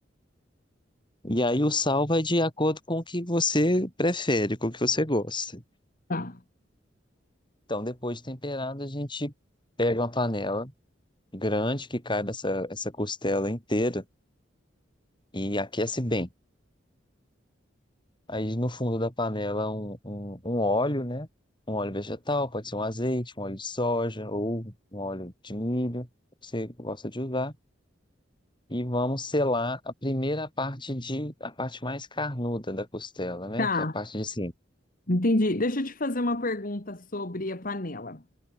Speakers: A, on the left; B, on the left.
A: E aí o sal vai de acordo com o que você prefere, com o que você gosta.
B: tá.
A: Então, depois de temperado, a gente pega uma panela grande que caiba essa, essa costela inteira e aquece bem. Aí no fundo da panela um, um, um óleo, né? Um óleo vegetal, pode ser um azeite, um óleo de soja ou um óleo de milho, que você gosta de usar. E vamos selar a primeira parte de a parte mais carnuda da costela, né?
B: Tá.
A: Que é a parte de cima.
B: Entendi. Deixa eu te fazer uma pergunta sobre a panela.